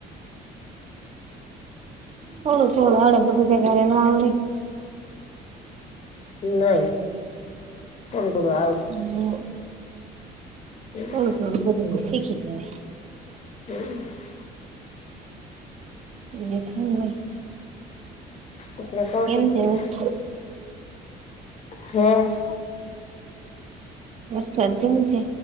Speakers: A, on the right; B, on the left.
A: થોડું થોડું આવડે બધું ત ઘરે ન આવડે?
B: નય... થોડું ઘણું આવડે.
A: <unintelligible>
B: એટલે
A: હું થોડું બધું શીખી લેવાય.
B: <unintelligible>
A: જેટલું હોય.
B: એટલે
A: કેમ
B: કતો ખરી?
A: છે વરસાદ
B: હે...
A: વરસાદ કેવુ છે.